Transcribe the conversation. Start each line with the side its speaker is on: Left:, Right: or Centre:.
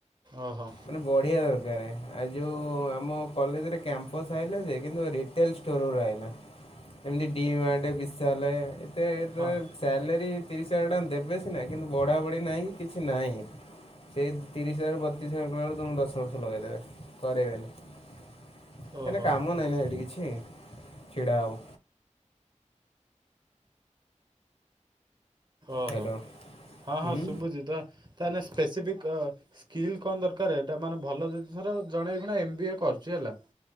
Right: ଓହୋ
Left: ମାନେ ବଢ଼ିବା ଆଉ ଯଉଁ ଆମ କଲେଜରେ କ୍ୟାମ୍ପସ୍ ଆଇିଲା ଯେ କିନ୍ତୁ ରିଟେଲ ଷ୍ଟୋରର ଆଇଲା। ଏମତି ଡି ମାଟ ବିଶାଲେ ଏତେ
Right: ହଁ
Left: ସାଲାରୀ ତିରିଶ ହଜାର ଟଙ୍କା ଦେବେ ସିନା କିନ୍ତୁ ବଢ଼ା ବଢ଼ି ନାହିଁ କିଛି ନାହିଁ। ସେ ତିରିଶ ହଜାର ବତିଶ ହଜାର ଦଶ ବର୍ଷ ଲଗେଇଦେବେ କରେଇବେନି କାହିଁକ
Right: ଓହୋ
Left: କାମ ନାହିଁ ନା ଏଇଠି କିଛି। ଛିଡ଼ା ହବ
Right: ଓହୋ
Left: ହ୍ୟାଲୋ।
Right: ହଁ
Left: ହୁଁ
Right: ହଁ ଶୁଭୁଛି ତ ତା ମାନେ ସ୍ପେଶିଫିକ ସ୍କିଲ୍ କଣ ଦରକାର ଏଟା ମାନେ ଭଲ ଜିନିଷର ଜଣେ ମାନେ ଏମ ବି ଏ କରୁଛି ହେଲା